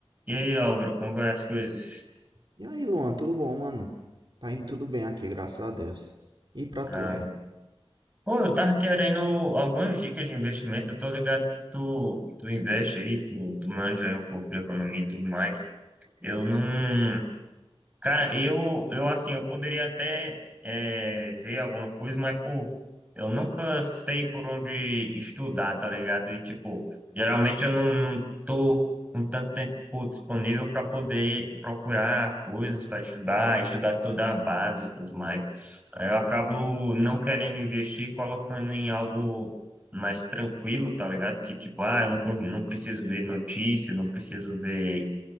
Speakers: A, on the right (about 15°); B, on the right (about 50°).
A: E aí, Álvaro, como vai as coisas?
B: E aí, Luan, tudo bom, mano? Tá indo tudo bem aqui, graças a Deus. E pra
A: Ah,
B: tu aí?
A: pô, eu tava querendo algumas dicas de investimento. Eu tô ligado que tu, que tu investe aí, tu, tu manja aí um pouco de economia e tudo mais. Eu não. Cara, eu, eu assim, eu poderia até é, ver alguma coisa, mas, pô, eu nunca sei por onde estudar, tá ligado? E, tipo, geralmente eu não, não tô com tanto tempo disponível para poder procurar coisas para estudar, estudar toda a base e tudo mais. Aí Eu acabo não querendo investir, e colocando em algo mais tranquilo, tá ligado? Que, tipo, ah, eu não, con- não preciso ver notícia, não preciso ver